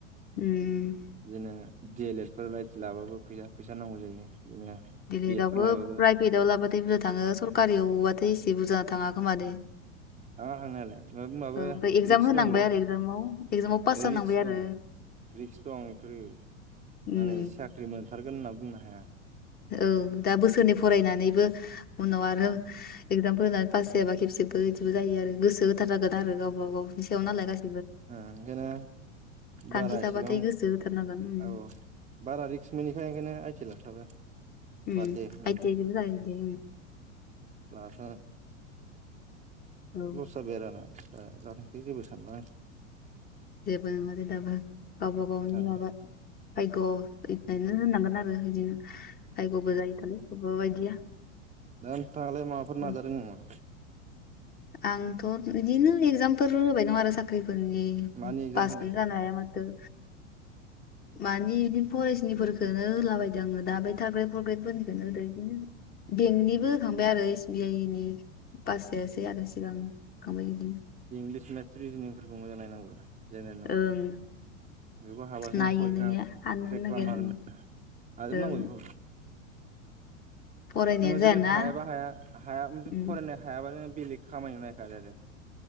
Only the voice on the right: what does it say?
बिदिनो डि एल एड फोर लाइटि लाबाबो फैसा फैसा नांगौ जायो। बिदिनो
बि
एड फोर लाबाबो
हा थांनायालाय माबा
रिक्स
दंलै
रिक्स
दं। रिक्स दं बेफोरो
माने साख्रि मोनथारगोन होनना बुंनो हाया।
ओंखायनो
बारा
एसेबां
औ बारा रिक्स मोनैखाय ओंखायनो आइथि लाखाबाय आं।
बाद
दे होननानै
<unintelligible> लस
जाबाय आरो आंना। दा जाथोंसै जेबो सानला।
आं
नोंथांयालाय माबाफोर
नाजादों नामा।
मानि एगजाम
होदों
<unintelligible> <unintelligible> रिजिनिंफोरखौ मोजां नायनौ। जेनेरेल नलेज
बेखौ हाबासो <unintelligible>
क्रग
खालामनो हागोन
आरो। हाजोब
नांगौ बेखौ।
जुदि
हायाबा हाया हाया फरायनो
हायाबानो बेलेग खामानियाव नायखादों आरो